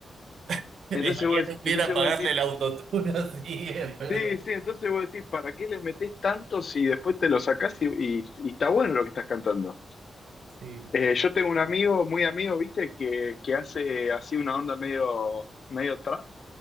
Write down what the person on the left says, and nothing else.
Entonces
vos,
entonces
vos decís,
sí, sí, entonces vos decís, ¿para qué les metés tanto si después te lo sacás y, y y está bueno lo que estás cantando?
Eh, yo tengo un amigo, muy amigo, viste, que, que hace así una onda medio, medio trap.